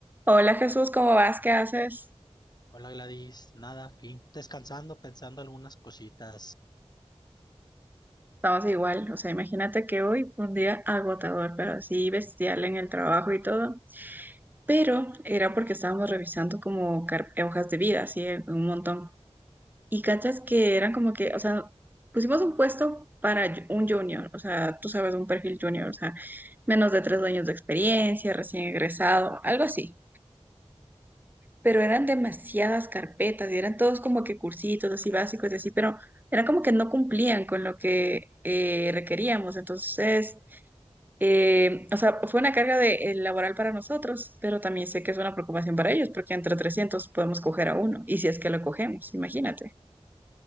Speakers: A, on the right (about 15°); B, on the left (about 40°).
A: Hola Jesús, ¿cómo vas? ¿Qué haces?
B: Hola Gladys, nada, aquí descansando, pensando algunas cositas.
A: Estamos igual, o sea, imagínate que hoy fue un día agotador, pero así bestial en el trabajo y todo. Pero era porque estábamos revisando como car- hojas de vida, así en- un montón. Y cachas que eran como que, o sea, pusimos un puesto para ju- un junior, o sea, tú sabes, un perfil junior, o sea, menos de tres años de experiencia, recién egresado, algo así. pero eran demasiadas carpetas y eran todos como que cursitos así básicos y así, pero era como que no cumplían con lo que eh, requeríamos. Entonces, eh, o sea, fue una carga de, eh, laboral para nosotros, pero también sé que es una preocupación para ellos porque entre 300 podemos coger a uno y si es que lo cogemos, imagínate.